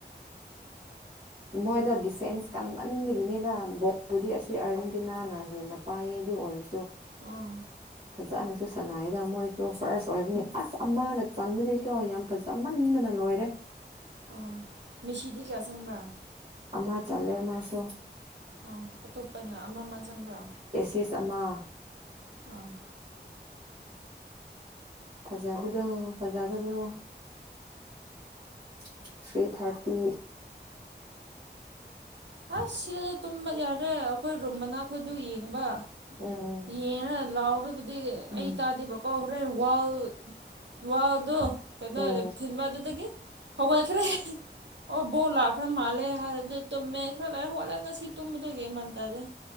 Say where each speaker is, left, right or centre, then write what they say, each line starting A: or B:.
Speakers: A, on the right; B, on the right.
A: ꯃꯣꯏꯗꯣ ꯗꯤꯐꯦꯟꯁ ꯀꯥꯟ ꯄꯟꯕꯒꯤꯅꯤꯗ ꯕꯣꯜꯗꯤ ꯑꯁꯤ ꯑꯥꯔꯖꯦꯟꯇꯤꯅꯥꯅ ꯍꯦꯟꯅ ꯄꯥꯏꯌꯦ ꯑꯗꯨ ꯑꯣꯏꯔꯁꯨ
B: ꯑꯥ
A: ꯐꯖꯅꯁꯨ ꯁꯥꯟꯅꯌꯦꯗ ꯃꯣꯏꯁꯨ ꯐꯥꯔꯁ ꯑꯣꯏꯕꯅꯤ ꯑꯁ ꯑꯃꯅ ꯆꯟꯕꯅꯤ <unintelligible> ꯀꯣ ꯌꯥꯝ ꯐꯖꯃꯟꯗꯅ ꯂꯣꯏꯔꯦ
B: ꯑ ꯃꯦꯁꯤꯗꯤ ꯀꯌꯥ ꯆꯪꯕ꯭ꯔꯥ
A: ꯑꯃ ꯆꯜꯂꯦ ꯃꯥꯁꯨ
B: ꯑ ꯑꯇꯣꯞꯄꯅ ꯑꯃ ꯑꯃ ꯆꯪꯕ꯭ꯔꯥ
A: <unintelligible> ꯇꯤꯁ ꯑꯃ
B: ꯑꯥ <unintelligible>
A: ꯐꯖꯕꯗꯣ ꯐꯖꯗꯕꯗꯣ <unintelligible> <unintelligible> ꯊꯔꯤ ꯊꯔ ꯇꯨ
B: ꯑꯁ ꯁꯤꯗꯗꯤ ꯇꯨꯝꯕ ꯌꯥꯔꯦ ꯑꯩꯈꯣꯏ ꯔꯨꯝ ꯃꯅꯥꯈꯣꯏꯗꯨ ꯌꯦꯡꯕ
A: ꯎꯝ
B: ꯌꯦꯡꯔ ꯂꯥꯎꯕꯕꯨꯗꯤ
A: ꯎꯝ
B: ꯑꯩ ꯇꯥꯗꯦꯕ ꯀꯣ ꯍꯣꯔꯦꯟ ꯋꯥꯜ ꯋꯥꯜꯗꯣ ꯀꯩꯅꯣ
A: ꯎꯝ
B: ꯊꯤꯟꯕ ꯑꯗꯨꯗꯒꯤ ꯍꯧꯒꯠꯈ꯭ꯔꯦ ꯑꯣ ꯕꯣꯜ ꯂꯥꯛꯈ꯭ꯔ ꯃꯥꯜꯂꯦ ꯍꯥꯏꯔꯗꯤ ꯇꯨꯝꯃꯦ ꯈꯔ ꯂꯥꯛꯑꯦ ꯍꯧꯒꯠꯂꯦ ꯉꯁꯤ <unintelligible> ꯁꯤ ꯇꯨꯝꯕꯗꯒꯤ ꯃꯥꯟ ꯇꯥꯗꯦ